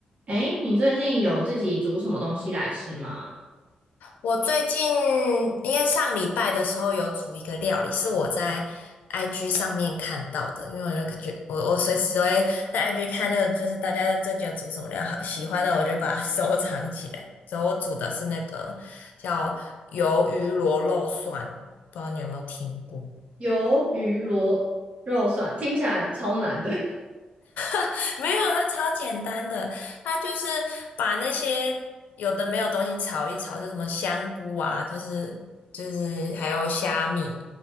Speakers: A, on the right; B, on the left.
A: 诶，你最近有自己煮什么东西来吃吗？
B: 我最近因为上礼拜的时候有煮一个料理，是我在 IG 上面看到的，因为我就感觉我我随时都会在 IG 看那个，就是大家最近有煮什么料好，喜欢的我就把它 <laughs> 收藏起来。所以我煮的是那个叫鱿鱼螺肉蒜，不知道你有没有听过？
A: 鱿鱼螺肉蒜听起来超难的
B: <laughs> 没有，它超简单的，它就是把那些有的没有东西炒一炒，就什么香菇啊，就是就是还有虾米，